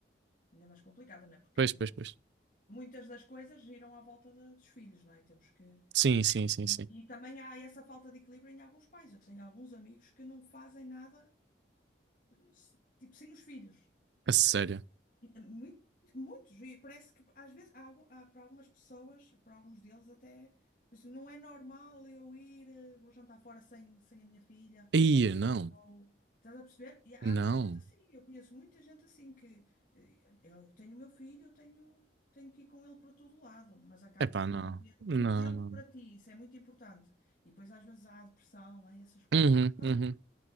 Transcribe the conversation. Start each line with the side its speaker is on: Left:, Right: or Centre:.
Left: Ainda é mais complicada, não é? Porque
Right: Pois, pois, pois.
Left: muitas das coisas giram à volta de- dos filhos, não é? E Temos que.
Right: Sim, sim, sim,
Left: E,
Right: sim.
Left: e também há essa falta de equilíbrio em alguns pais. Eu tenho alguns amigos que não fazem nada, se- tipo, sem os filhos.
Right: A sério.
Left: E, eh, muito- muitos. E parece que, às vezes, há, algu- há- para algumas pessoas, para alguns deles, até. assim, Não é normal eu ir, eh, vou jantar fora sem, sem a minha filha.
Right: Ih, não.
Left: Não- Estás a perceber? E há
Right: Não.
Left: muita gente assim, eu conheço muita gente assim que eh, eu tenho o meu filho, eu tenho, tenho que ir com ele para todo lado, mas acabas
Right: Epá,
Left: por
Right: não.
Left: não ter
Right: Não,
Left: o tempo
Right: não.
Left: para ti, isso é muito importante. E depois às vezes há depressão, há essas coisas
Right: Uhum,
Left: por causa
Right: uhum.
Left: disso,